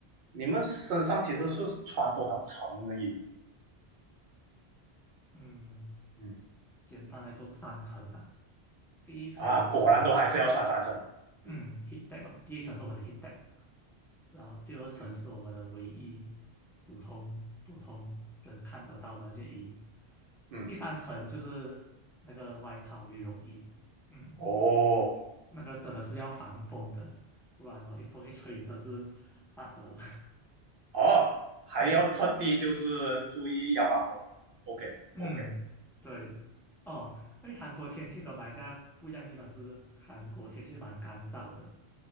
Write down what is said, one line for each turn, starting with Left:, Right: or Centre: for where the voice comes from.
Right: 你们身上其实是穿多少层的衣服？
Centre: 嗯，
Right: 嗯，
Centre: 简单来说是三层啊。第一层就是我们的
Right: 啊，果然都还是要穿三层。嗯
Centre: 嗯 heat deck 哦，第一层是我们的 heat deck，然后第二层是我们的唯一普通普通人看得到的那件衣，
Right: 嗯嗯，
Centre: 第三层就是那个外套羽绒衣，嗯，
Right: 哦
Centre: 那个真的是要防风的，不然哦一风一吹真是发抖。
Right: 哦，
Centre: <laughs>
Right: 还要特地就是注意要防风。
Centre: 嗯
Right: OK
Centre: 嗯，
Right: OK，
Centre: 对哦，哎，韩国天气跟马来西亚不一样的地方是，韩国天气蛮干燥的，